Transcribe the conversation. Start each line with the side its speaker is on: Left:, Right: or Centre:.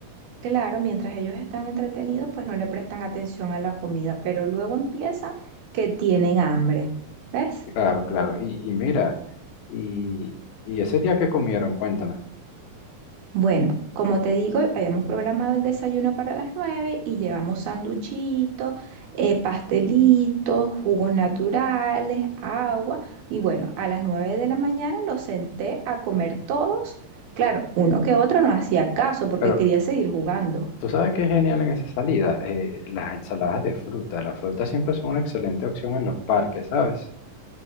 Right: Claro, mientras ellos están entretenidos, pues no le prestan atención a la comida, pero luego empiezan que tienen hambre. ¿Ves?
Left: Claro, claro. Y, y mira, y, y ese día que comieron, cuéntame.
Right: Bueno, como te digo, habíamos programado el desayuno para las nueve y llevamos sanduchitos, eh, pastelitos, jugos naturales, agua. Y bueno, a las nueve de la mañana los senté a comer todos. Claro, uno que otro no hacía caso porque
Left: Pero
Right: quería seguir jugando.
Left: tú sabes que es genial en esa salida. Eh, las ensaladas de fruta. Las frutas siempre son una excelente opción en los parques, ¿sabes?